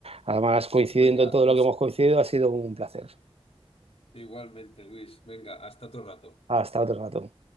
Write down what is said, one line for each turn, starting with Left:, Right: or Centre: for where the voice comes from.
Right: Además, coincidiendo
Left: Venga,
Right: en todo
Left: nos...
Right: lo que hemos coincidido, ha sido un placer.
Left: igualmente, Luis. Venga, hasta otro rato.
Right: Hasta otro rato.